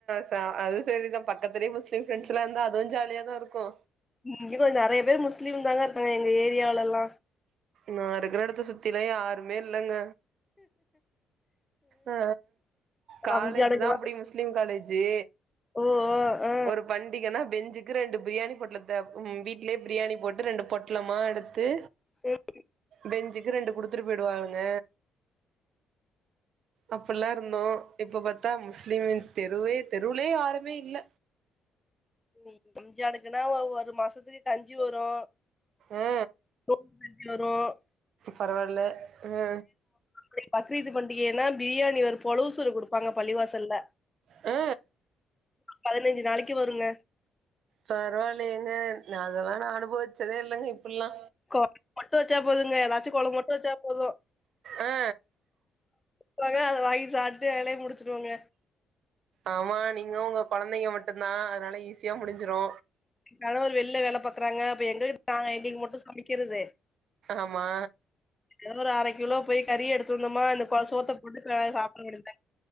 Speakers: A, on the right; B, on the left.
A: ச அது செரிதா பக்கத்திலே முஸ்லீம் ப்ரெண்ட்ஸ்லா இந்தா அதுவு ஜாலியதா இருக்கு
B: ம் இங்க கொஞ்ச நெறைய பேர் முஸ்லீம் தாங்க இருக்காங்க எங்க ஏரியால எல்லா
A: நா இருக்கற எடத்த சுத்திலா யாருமே இல்லங்க ஆ காலேஜ்தா
B: ரம்ஜானுக்கெல்லாம்
A: அப்டி முஸ்லிம் காலேஜு
B: ஓ ஆ
A: ஒருப் பண்டிகன்னா பெஞ்சுக்கு ரெண்டு பிரியாணி பொட்லத்த ம் வீட்லே பிரியாணி போட்டு ரெண்டு பொட்லமா எடுத்து
B: சே இ
A: பெஞ்சுக்கு ரெண்டு குடுத்துட்டு போயிடுவாளுங்க அப்பல்லா இருந்தோ இப்ப பாத்தா முஸ்லீமின் தெருவே தெருவுலே யாருமே இல்ல
B: ம் ரம்ஜானுக்குனா ஒ ஒரு மாசத்துக்கு கஞ்சி வரு
A: ஆ
B: <unintelligible>
A: பரவால்ல ஆ
B: பே பக்ரீத்து பண்டிகைனா பிரியாணி ஒரு பொழவுசூறு குடுப்பாங்க பள்ளிவாசல்ல
A: அ
B: பதினஞ்சி நாளைக்கு வருங்க
A: பரவால்லையேங்க நா அதலா நா அனுபவிச்சதே இல்லங்க இப்புல்லா
B: கொழம்பு மட்டு வச்சா போதுங்க ஏதாச்சு கொழம்ப மட்டு வச்சா போது
A: ஆ
B: அழகா அதவாங்கி சாப்புட்டு வேலைய முடிச்சுடுவங்க
A: ஆமா நீங்க உங்க கொழந்தைங்க மட்டுந்தா அதனால ஈஸியா முடிஞ்சிரு
B: எ கணவர் வெளில்ல வேல பாக்குறாங்க அப்ப எங்களுக்கு நாங்க எங்களுக்கு மட்டு சமைக்கிறது
A: ஆமா
B: ஏதோ ஒரு அர கிலோ போய் கறி எடுத்து வந்தோம்மா இந்த க சோத்த போட்டு ஆ சாப்பிட வேண்டியதா